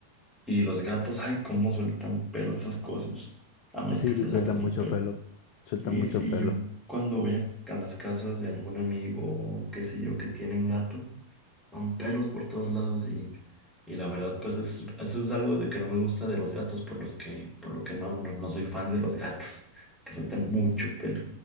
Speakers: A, in the centre; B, on the left.
A: Y los gatos, ay, cómo sueltan pelo esas cosas. A menos
B: Sí,
A: que son
B: sueltan
A: gatos sin
B: mucho
A: pelo.
B: pelo, sueltan
A: Sí,
B: mucho
A: sí,
B: pelo.
A: yo cuando voy a, a las casas de algún amigo, o qué sé yo, que tienen gato, son pelos por todos lados y, y la verdad, pues es- eso es algo de que no me gusta de los gatos, por los que, por lo que no, no, no soy fan de los gatos, <laughs> que sueltan mucho pelo.